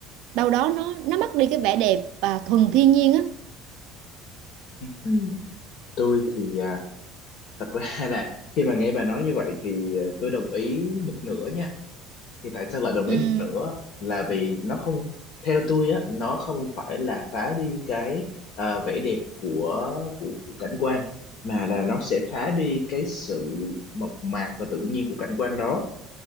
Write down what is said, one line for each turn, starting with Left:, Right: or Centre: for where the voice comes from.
Right: đâu đó nó nó mất đi cái vẻ đẹp và thuần thiên nhiên á
Left: ừ tôi thì à, thật ra <laughs> là khi mà nghe bà nói như vậy thì à, tôi đồng ý một nửa nha thì tại sao lại đồng
Right: ừ.
Left: ý một nửa là vì nó không theo tôi á nó không phải là phá đi cái à, vẻ đẹp của, của của cảnh quan mà là nó sẽ phá đi cái sự mộc mạc và tự nhiên của cảnh quan đó